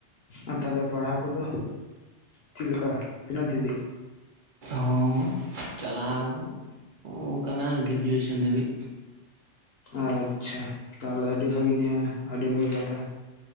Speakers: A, on the left (about 60°); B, on the right (about 50°).
A: ᱟᱨ ᱛᱟᱦᱞᱮ ᱯᱟᱲᱦᱟᱣ ᱠᱚᱫᱚ ᱪᱮᱫᱞᱤᱠᱟ ᱛᱤᱱᱟᱹᱜ ᱫᱷᱟᱹᱵᱤᱡ
B: ᱦᱚᱸ ᱪᱟᱞᱟᱣ ᱳᱱᱠᱟᱱᱟᱜ ᱜᱽᱨᱮᱡᱩᱣᱮᱥᱟᱱ ᱫᱷᱟᱹᱵᱤᱡ
A: ᱟᱪᱷᱟ ᱛᱟᱦᱞᱮ ᱟᱹᱰᱤ ᱵᱷᱟᱹᱜᱤ ᱱᱤᱭᱟ ᱟᱹᱰᱤ ᱵᱷᱟᱹᱜᱤ ᱠᱟᱛᱷᱟ᱾